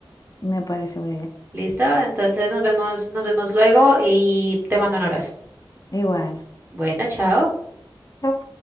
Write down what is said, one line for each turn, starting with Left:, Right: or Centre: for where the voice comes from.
Left: Me parece muy bien.
Right: Listo, entonces nos vemos, nos vemos luego y te mando un abrazo.
Left: Igual.
Right: Bueno, chao.
Left: Chao.